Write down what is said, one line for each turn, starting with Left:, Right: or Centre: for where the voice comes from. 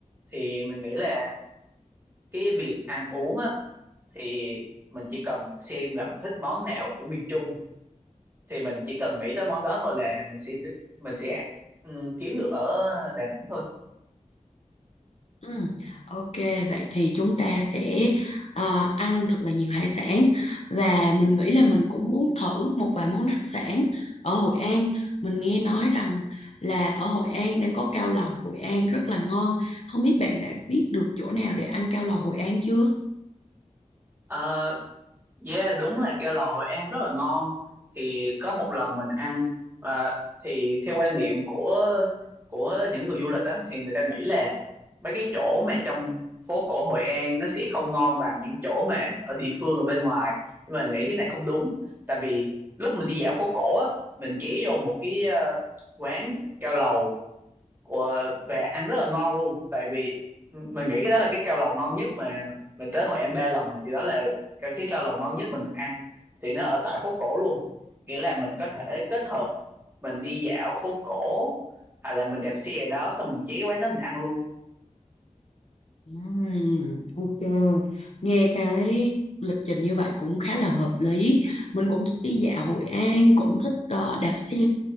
Right: thì mình nghĩ là cái việc ăn uống á thì mình chỉ cần xem là mình thích món nào của miền Trung thì mình chỉ cần nghĩ tới món đó thôi là mình sẽ mình sẽ ừ, kiếm được ở Đà Nẵng thôi.
Left: Ừ, ok vậy thì chúng ta sẽ ờ, ăn thật là nhiều hải sản và mình nghĩ là mình cũng muốn thử một vài món đặc sản ở Hội An. Mình nghe nói rằng là ở Hội An đang có cao lầu Hội An rất là ngon. Không biết bạn đã biết được chỗ nào để ăn cao lầu Hội An chưa?
Right: À, Yeah, đúng là keo lầu Hội An rất là ngon. Thì có một lần mình ăn và thì theo quan niệm của của những người du lịch á thì người ta nghĩ là mấy cái chỗ mà trong phố cổ Hội An nó sẽ không ngon bằng những chỗ mà ở địa phương ở bên ngoài. Nhưng mà nghĩ cái này không đúng. Tại vì lúc mình đi dạo phố cổ á, mình ghé vô một cái ờ, quán keo lầu của về ăn rất là ngon luôn tại vì mình nghĩ cái đó là cái cao lầu ngon nhất mà mình tới Hội An ba lần rồi thì đó là cái cái cao lầu ngon nhất mình được ăn thì nó ở tại phố cổ luôn nghĩa là mình có thể kết hợp mình đi dạo phố cổ hay là mình đạp xe ở đó xong mình ghé quán đó mình ăn luôn
Left: Ừm, ok nghe cái lịch trình như vậy cũng khá là hợp lý mình cũng thích đi dạo Hội An cũng thích ờ, đạp xe